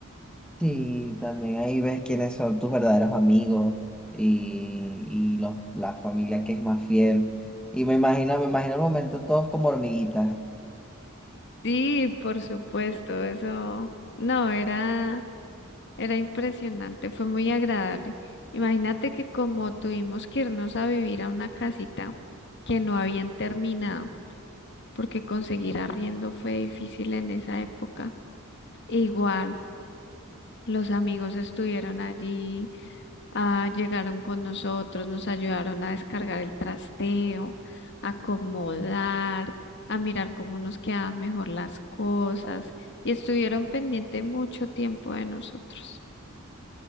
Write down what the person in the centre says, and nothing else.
Sí, también ahí ves quiénes son tus verdaderos amigos y, y los, la familia que es más fiel. Y me imagino, me imagino el momento todos como hormiguitas.